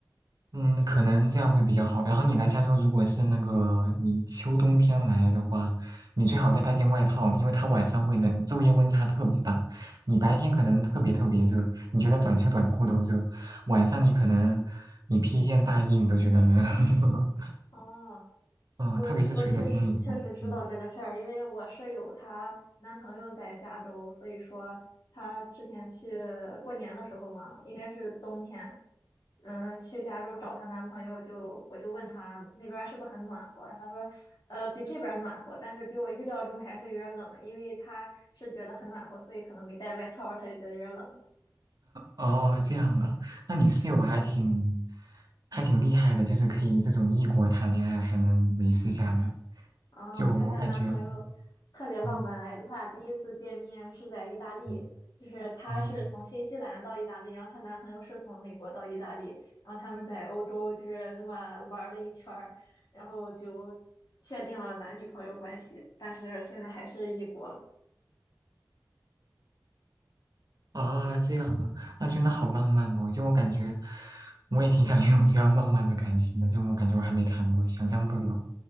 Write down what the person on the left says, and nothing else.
哦，
我我确实确实知道这个事儿，
因为我室友她男朋友在加州，所以说她之前去过年的时候嘛，应该是冬天，嗯，去加州找她男朋友就，我就问她那边儿是不是很暖和，她说，呃，比这边儿暖和，但是比我预料中还是有点儿冷，因为她是觉得很暖和，所以可能没带外套儿她就觉得有点儿冷。
啊，
她跟男朋友特别浪漫，
哎，就她俩第一次见面是在意大利，
就是她是从新西兰到意大利，
然后她男朋友是从美国到意大利，然后他们在欧洲就是那么玩了一圈儿，然后就确定了男女朋友关系，但是现在还是异国，
哎，